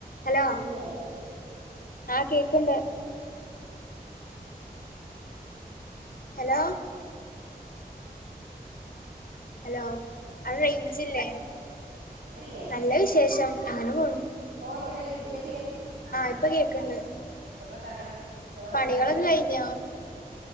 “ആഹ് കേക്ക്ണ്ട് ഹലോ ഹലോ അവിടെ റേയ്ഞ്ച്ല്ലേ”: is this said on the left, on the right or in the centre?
Left